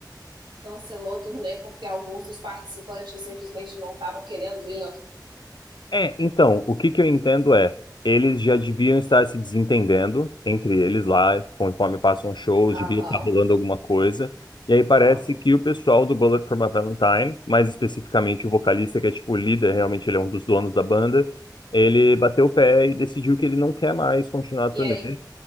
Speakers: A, on the right (about 85°); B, on the left (about 90°).
A: cancelou o turnê porque alguns dos participantes simplesmente não estavam querendo ir na
B: É, então, o que que eu entendo é, eles já deviam estar se desentendendo entre eles lá, conforme passam os shows,
A: Aham,
B: devia estar rolando alguma coisa. E aí parece
A: aham.
B: que o pessoal do Bullet for My Valentine, mais especificamente o vocalista, que é tipo o líder, realmente ele é um dos donos da banda, ele bateu o pé e decidiu que ele não quer mais continuar a turnê.
A: E aí